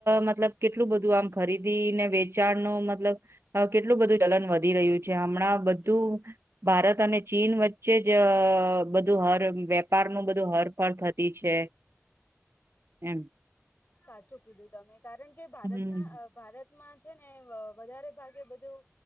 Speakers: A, on the right; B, on the left.
A: મતલબ કેટલું બધું આમ ખરીદી ને વ વિચાર ન મતલબ કેટલું બધું ચલન વધી રહ્યું છે હમણાં બધું ભારત અને ચીન વચ્ચે જ બધ બધું હર વેપારનુંું બધું હરફળ થતી છે એમ
B: સાચું કીધું તમે કારણ કે ભારતના
A: હમ
B: ભારત માં છે ને વધારે ભાગે બધું